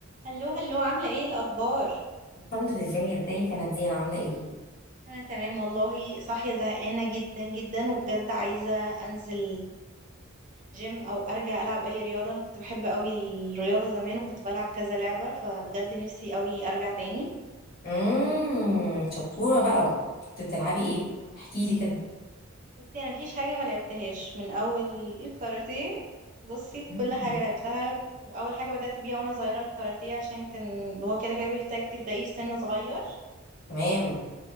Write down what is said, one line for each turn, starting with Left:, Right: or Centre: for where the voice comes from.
Right: هلو هلو عاملة ايه الأخبار؟
Left: الحمد لله ازيك يا نادين عامله ايه
Right: أنا تمام والله صاحية زهقانة جدا جدا وبجد عايزة أنزل جيم أو أرجع ألعب أي رياضة أنا كنت بحب أوي الرياضة زمان وكنت بلعب كذا لعبة فبجد نفسي أوي أرجع تاني
Left: امم شطوره بقى كنت بتلعبي ايه احكي لي كده
Right: بصي أنا مفيش حاجة ما لعبتهاش من أول الكاراتيه بصي
Left: مم.
Right: كل حاجة لعبتها وأول حاجة بدأت بيها وأنا صغيرة الكاراتيه عشان كان هو كده كده بيحتاج تبدأيه في سن صغير
Left: تمام